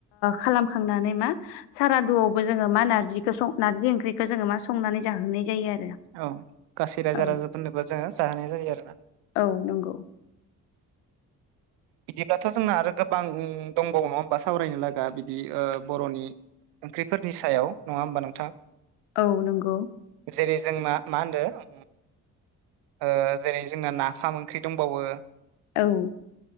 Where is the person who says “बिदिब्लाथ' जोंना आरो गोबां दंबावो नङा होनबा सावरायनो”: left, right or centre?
Right